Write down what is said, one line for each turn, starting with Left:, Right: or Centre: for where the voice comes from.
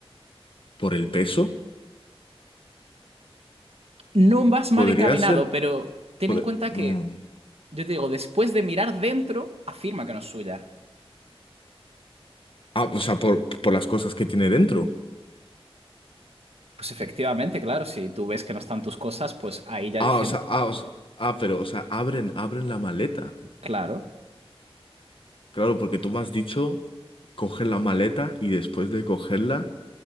Left: ¿Por el peso?
Right: No vas mal
Left: Podría
Right: encaminado,
Left: ser.
Right: pero ten
Left: Poder,
Right: en cuenta
Left: mm.
Right: que, yo te digo, después de mirar dentro, afirma que no es suya.
Left: Ah, o sea, por, por las cosas que tiene dentro.
Right: Pues efectivamente, claro, si tú ves que no están tus cosas, pues ahí ya
Left: Ah,
Right: dicen,
Left: o sea, ah, o sea- ah, pero, o sea, abren, abren la maleta.
Right: claro.
Left: Claro, porque tú me has dicho coger la maleta y después de cogerla